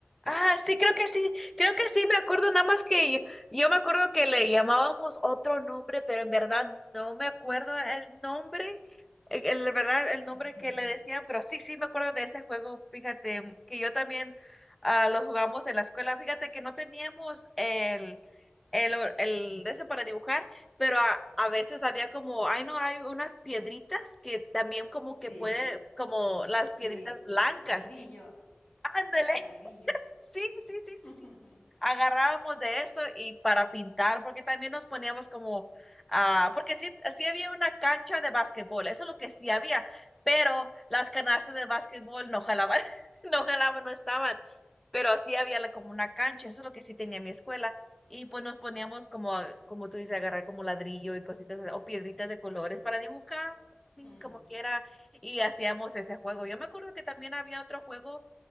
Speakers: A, in the centre; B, on the left.
A: Ah, sí, creo que sí, creo que sí, me acuerdo nada más que yo, yo me acuerdo que le llamábamos otro nombre, pero en verdad no me acuerdo el nombre, el, el- verdad el nombre
B: <laughs>
A: que le decían, pero sí, sí me acuerdo de ese juego, fíjate, que yo también ah, lo jugamos en la escuela, fíjate que no teníamos el, el, or- el de ese para dibujar, pero a, a veces había como, ay no, hay unas piedritas que también como que
B: Sí,
A: puede, como las
B: sí.
A: piedritas blancas,
B: Ladrillo
A: ándale.
B: o ladrillo.
A: Sí, sí,
B: <laughs>
A: sí, sí, sí. Agarrábamos de eso y para pintar, porque también nos poníamos como, ah, porque sí, sí había una cancha de básquetbol, eso es lo que sí había, pero las canastas de básquetbol no jalaban, <laughs> no jalaban, no estaban, pero sí había la- como una cancha, eso es lo que sí tenía mi escuela. Y pues nos poníamos como, como tú dices, agarrar como ladrillo y cositas o piedritas de colores para dibujar, sí,
B: Mm.
A: como quiera, y hacíamos ese juego. Yo me acuerdo que también había otro juego